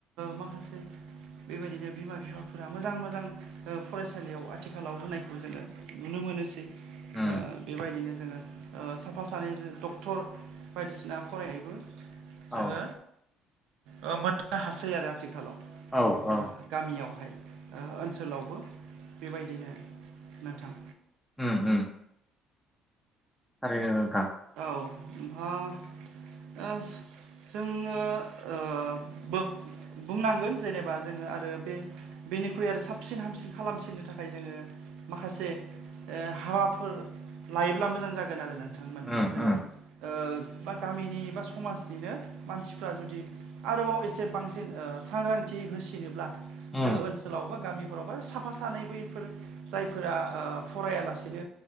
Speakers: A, on the right; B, in the centre.
A: माखासे बेबायदिनो बिमा बिफाफोरा मोजां मोजां फरायसालियाव आथिखालाव होनायखौ जोङो नुनो मोनोसै
B: उम
A: ओ बेबायदिनो जोङो ओ साफा सानै डक्टर बायदिसिना फरायनायबो
B: औ
A: जोङो ओ मोननो हासै आरो आथिखालाव
B: औ औ
A: गामियावहाय ओ ओनसोलावबो बेबायदिनो नोंथां
B: उम उम थारैनो नोंथां
A: औ‌ नोंथाङा ओस जोङो ओ बो बुंनांगोन जेनेबा जोङो आरो बे बेनिख्रुइ आरो साबसिन हामसिन खालामसिननो थाखाय जोङो माखासे ओ हाबाफोर लायोब्ला मोजां जागोन आरो नोंथां मानोना
B: उम
A: जोङो
B: उम
A: ओ बा गामिनि बा समाजनिनो मानसिफ्रा जुदि आरोबाव एसे बांसिन ओ सांग्रां थि होसिनोब्ला
B: उम
A: जों ओनसोलाव बा गामि फ्राव बा साफा सानै बैफोर जायफोरा ओ फरायालासिनो